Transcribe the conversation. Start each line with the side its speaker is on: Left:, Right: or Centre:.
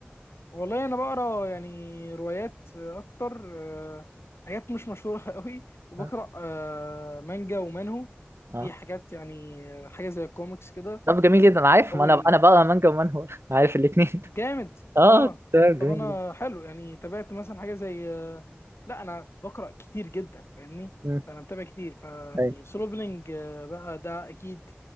Left: والله انا بقرا يعني روايات اكتر آه، حاجات مش مشهوره <laughs> قوي وبقرا
Right: اه
Left: آه، مانجا ومانهو
Right: آه.
Left: دي حاجات يعني آه، حاجه زي الكوميكس كده
Right: طب جميل جدا أنا عارف
Left: تحول
Right: ما انا انا بقرا مانجا ومن هو <laughs> عارف الاثنين
Left: جامد
Right: اه
Left: اه
Right: تمام
Left: طب
Right: جميل
Left: انا
Right: جدا
Left: حلو يعني تابعت مثلا حاجه زي آه، لا انا بقرا كتير جدا فاهمني
Right: مم.
Left: فانا متابع كتير فيعني
Right: ايوه
Left: سولوفلينج بقى ده اكيد